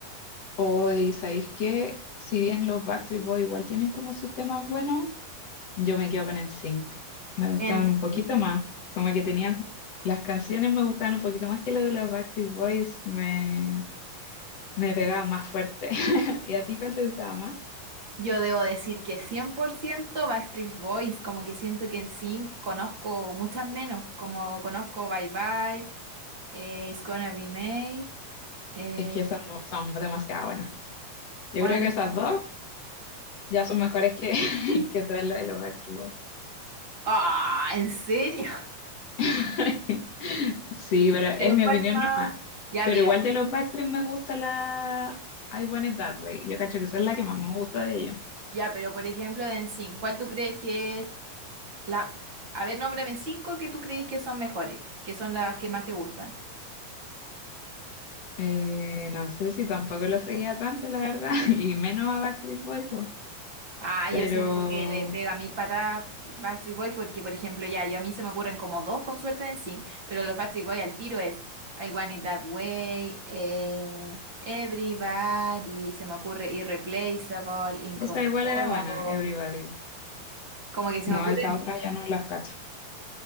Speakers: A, on the left; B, on the right.
A: Hoy, ¿sabéis qué? Si bien los Backstreet Boys igual tienen como sus temas buenos, yo me quedo con NSYNC. Me gustaban
B: En
A: un poquito
B: serio.
A: más, como que tenían, las canciones me gustaban un poquito más que las de los Backstreet Boys, me, me pegaban más fuerte. <laughs> ¿Y a ti cuál te gustaba más?
B: Yo debo decir que 100% Backstreet Boys, como que siento que en NSYNC conozco muchas menos, como conozco Bye Bye, eh, It's Gonna Be May, eh,
A: Es que esas mo- son demasiado buenas. Yo
B: ¿cuál
A: creo que esas
B: más?
A: dos ya son mejores que, <laughs> que todas las de los Backstreet Boys.
B: Ah, ¿en serio? <laughs>
A: <laughs> Sí, pero
B: ¿Pero
A: es mi
B: cuál
A: opinión
B: más?
A: nomás.
B: Ya,
A: Pero
B: mira,
A: igual
B: por
A: de
B: e-
A: los Backstreet me gusta la I Want It That Way. Yo cacho que esa es la que más me gusta de ellos
B: ya, pero por ejemplo de NSYNC, ¿cuál tú crees que es La, a ver, nómbrame cinco que tú crees que son mejores, que son las que más te gustan.
A: Eh, no sé si tampoco lo seguía tanto, la verdad, <laughs> y menos a Backstreet Boys, po.
B: Ah,
A: Pero
B: yo siento que le pega mil patadas Backstreet Boy porque, por ejemplo, ya, yo a mí se me ocurren como dos con suerte en sync, pero los Backstreet Boy al tiro es I Want It That Way, eh, Everybody, se me ocurre Irreplaceable, Inconsolable.
A: esa igual era buena, Everybody.
B: Como que se
A: No,
B: me ocurren
A: esa otra ya no las cacho.